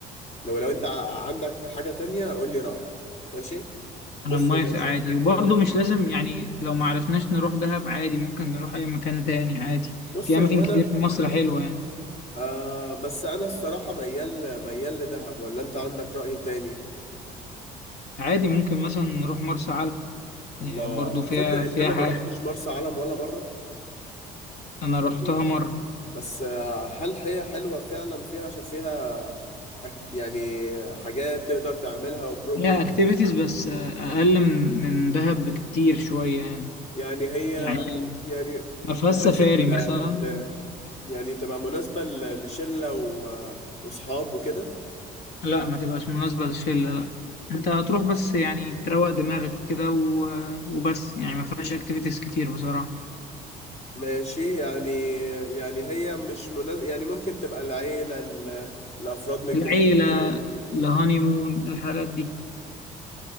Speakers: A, on the left (about 40°); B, on the left (about 70°).
A: لو لو أنت ع- عندك حاجة تانية قول لي رأيك ماشي بص
B: انا موافق
A: يا باشا
B: عادي وبرضه
A: إحنا إحنا
B: مش لازم يعني لو ما عرفناش نروح دهب عادي ممكن نروح اي مكان تاني عادي
A: بص
B: في
A: هو
B: اماكن
A: أنا
B: كتير في مصر حلوه يعني
A: آه بس أنا الصراحة ميال ميال لدهب ولا أنت عندك رأي تاني
B: عادي ممكن مثلا نروح مرسى علم يعني
A: الله
B: برضه فيها
A: تصدق إن
B: فيها
A: أنا
B: حاجه
A: ما رحتش مرسى علم ولا مرة
B: انا روحتها
A: يعني
B: مره
A: بس آه، هل هي حلوة فعلا فيها عشان فيها أكيد يعني حاجات تقدر تعملها وبروجرام
B: فيها اكتيفيتيز بس آه، اقل من من دهب بكتير شويه يعني
A: يعني هي
B: يعني
A: يعني
B: ما فيهاش
A: تناسب
B: سفاري
A: ل...
B: مثلا
A: ل... يعني تبقى مناسبة ل- لشلة و... وصحاب وكده
B: لا ما تبقاش مناسبة للشلة لا انت هتروح بس يعني تروق دماغك كده و... وبس يعني ما فيهاش اكتيفيتيز كتير بصراحة
A: ماشي يعني يعني هي مش مناسبة يعني ممكن تبقى العيلة ل... لأفراد متجوزين
B: العيلة الهانيمون الحاجات دي